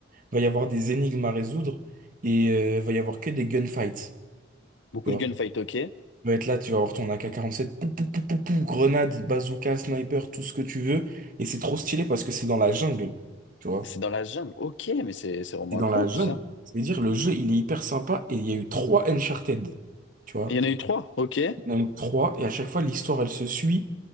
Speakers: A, on the right (about 45°); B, on the left (about 65°).
A: il va y avoir des énigmes à résoudre et euh, il va y avoir que des gunfights.
B: Beaucoup
A: tu
B: de
A: vois.
B: gunfight, ok.
A: Tu vas être là, tu vas avoir ton AK-47, pou, pou, pou, pou, pou, grenade, bazooka, sniper, tout ce que tu veux. Et c'est trop stylé parce que c'est dans la jungle, tu vois.
B: C'est dans la jungle. Ok, mais c'est c'est vraiment
A: Et dans
B: incroyable
A: la jungle,
B: tout ça.
A: ça veut dire le jeu, il est hyper sympa et il y a eu trois Uncharted, tu vois.
B: Il y en a eu trois. Ok.
A: Il y en a eu trois et à chaque fois, l'histoire, elle se suit